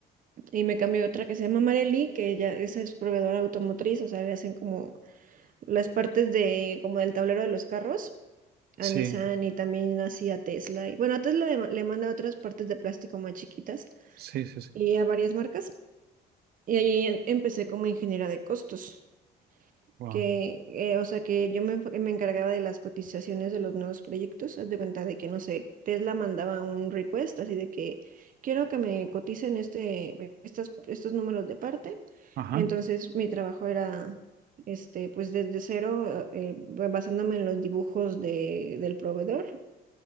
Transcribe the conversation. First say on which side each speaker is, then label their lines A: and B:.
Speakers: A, on the right (about 55°); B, on the right (about 70°).
A: Y me cambié a otra que se llama Marelli, que ella, esa es proveedora automotriz, o sea, le hacen como las partes de, como del tablero de los carros a
B: Sí,
A: Nissan y también así a Tesla. Y bueno, a Tesla le, le manda otras partes de plástico más chiquitas
B: sí, sí, sí.
A: y a varias marcas. Y ahí em- empecé como ingeniera de costos,
B: Wow.
A: que, eh, o sea, que yo me, enfo- me encargaba de las cotizaciones de los nuevos proyectos. Haz de cuenta de que, no sé, Tesla mandaba un request así de que quiero que me coticen este, estas, estos números de parte.
B: Ajá.
A: Entonces, mi trabajo era, este, pues desde cero, eh, eh, basándome en los dibujos de, del proveedor